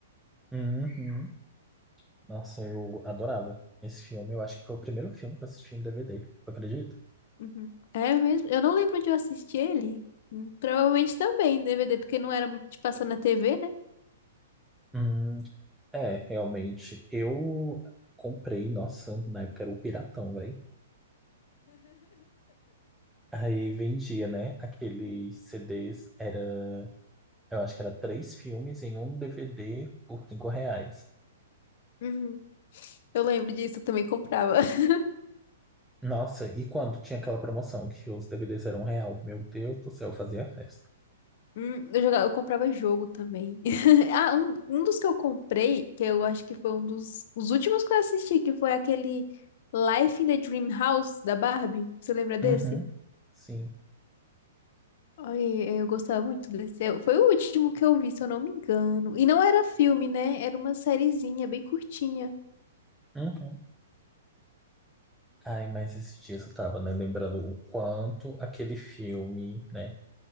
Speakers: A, in the centre; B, on the left.
A: Uhum. Nossa, eu adorava esse filme. Eu acho que foi o primeiro filme que eu assisti em DVD, tu acredita?
B: Uhum. É mesmo. Eu não lembro onde eu assisti ele. Hum, Provavelmente também em DVD, porque não era muito de passar na TV, né?
A: Hum, é, realmente. Eu comprei, nossa, na época era o Piratão, velho. Aí vendia, né? Aqueles CDs era, eu acho que era três filmes em um DVD por cinco reais.
B: Uhum. Eu lembro disso, eu também comprava. <laughs>
A: Nossa, e quando tinha aquela promoção que os DVDs eram um real? Meu Deus do céu, eu fazia festa.
B: Hum, eu jogava, eu comprava jogo também. <laughs> Ah, um, um dos que eu comprei, que eu acho que foi um dos os últimos que eu assisti, que foi aquele Life in the Dream House da Barbie. Você lembra desse?
A: Uhum, sim.
B: Ai, eu gostava muito desse. Eu- Foi o último que eu vi, se eu não me engano. E não era filme, né? Era uma sériezinha bem curtinha.
A: Uhum. Ai, mas esses dias eu tava, né, lembrando o quanto aquele filme, né,